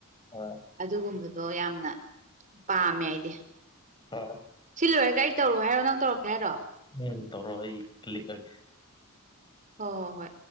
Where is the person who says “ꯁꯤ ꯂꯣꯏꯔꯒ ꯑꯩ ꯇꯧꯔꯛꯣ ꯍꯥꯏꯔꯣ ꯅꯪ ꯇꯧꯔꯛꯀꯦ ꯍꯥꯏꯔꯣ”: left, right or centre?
Right